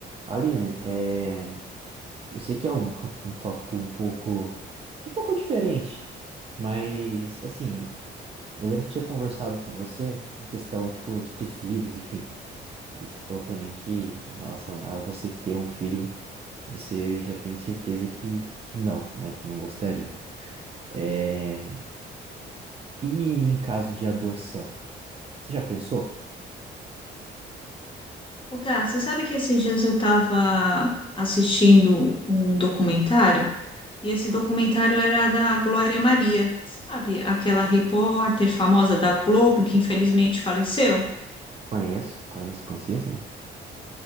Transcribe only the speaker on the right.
Aline, é, eu sei que é um, <laughs> um tópico um pouco, um pouco diferente, mas assim, eu lembro que tinha conversado com você em questão, tipo, de ter filhos, enfim. Aí você falou pra mim que em relação a você ter um filho, você já tem certeza que, que não, né? Que não gostaria. É, E em caso de adoção, você já pensou?
Conheço, conheço, conhecia sim.